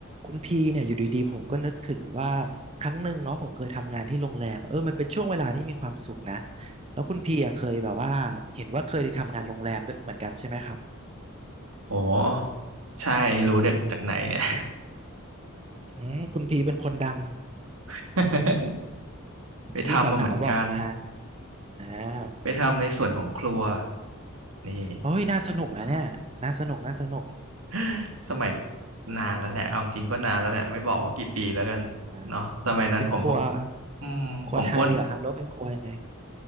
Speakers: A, on the right (about 30°); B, on the right (about 80°).
A: คุณพีเนี่ยอยู่ดีๆผมก็นึกถึงว่าครั้งหนึ่งเนาะผมเคยทำงานที่โรงแรมอะเออมันเป็นช่วงเวลาที่มีความสุขนะแล้วคุณพีอะเคยแบบว่าเห็นว่าเคยได้ทำงานโรงแรมด้วยเหมือนกันใช่ไหมครับ
B: โอ้ใช่รู้เด็กจากไหนเนี่ย
A: อืมคุณพีเป็นคนดัง
B: <laughs> ไปทำมาเหมือนกัน
A: มีสาวๆบอกมาอ่า
B: ไปทำในส่วนของครัวนี่
A: โอ้ยน่าสนุกนะเนี่ยน่าสนุกน่าสนุก
B: <laughs> สมัยนานแล้วแหละเอาจริงๆก็นานแล้วแหละไม่บอกว่ากี่ปีแล้วกันเนาะสมัยนั้นผมก็
A: อ่าเป็นครัว
B: อืมผมอ้วน
A: ครัวไทยเหรอครับแล้วเป็นครัวยังไง